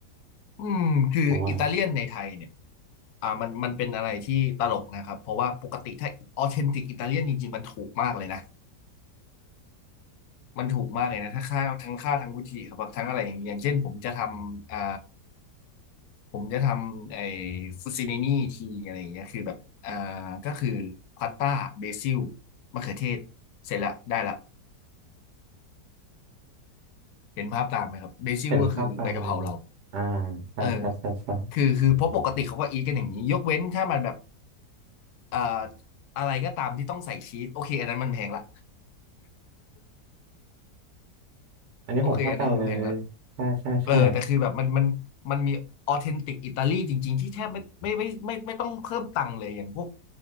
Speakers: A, on the left; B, on the right.
A: อืมคืออิตาเลียนในไทยเนี่ย
B: ผมว่า
A: อ่ามันมันเป็นอะไรที่ตลกนะครับเพราะว่าปกติถ้าออเทนติกอิตาเลียนจริงๆมันถูกมากเลยนะมันถูกมากเลยนะถ้าค่าทั้งค่าทั้งวุฒิครับทั้งอะไรอย่างเงี้ยอย่างเช่นผมจะทำอ่า ผมจะทำไอ้ฟูซินินี่ทีอะไรอย่างเงี้ยคือแบบอ่าก็คือพาสต้าเบซิลมะเขือเทศเสร็จละได้ละเห็นภาพตามไหมครับเบซิลก็คือใบกะเพราเรา
B: เห็นภาพตามเลยอ่าใช่ใช่ใช่ใช่
A: เออคือคือเพราะปกติเขาก็อีทกันอย่างนี้ยกเว้นถ้ามันแบบอ่าอะไรก็ตามที่ต้องใส่ชีสโอเคอันนั้นมันแพงละ
B: อันนี้ผมเข้าใจเลยใช่ใช่ใช่
A: โอเคอันนั้นมันแพงละ เออแต่คือแบบมันมันมันมีออเทนติกอิตาลีจริงๆที่แทบไม่ไม่ไม่ไม่ไม่ไม่ต้องเพิ่มตังค์เลยอย่างพวก